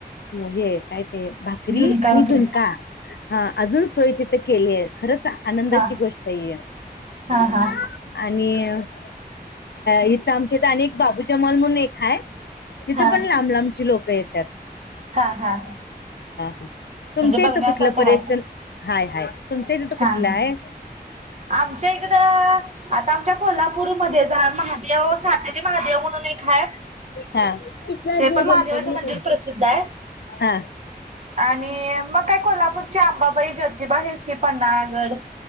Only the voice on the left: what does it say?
हे काय ते भाकरी
आणि
झुणका हा अजून सोय तिथं केली आहे. खरंच आनंदाची
गोष्ट आहे ही
आणि अ इथं आमच्या तर अनेक बाबू जमाल म्हणून एक हाय तिथं
पण लांब-लांबची लोकं येत्यात.
हा
तुमच्या इथ
कुठलं पर्यस्टन
हा. हाय हाय. तुमचं तिथं कुठला
आहे?
हा तिथलं
मी
बोलतो
मी
बोलतो
हा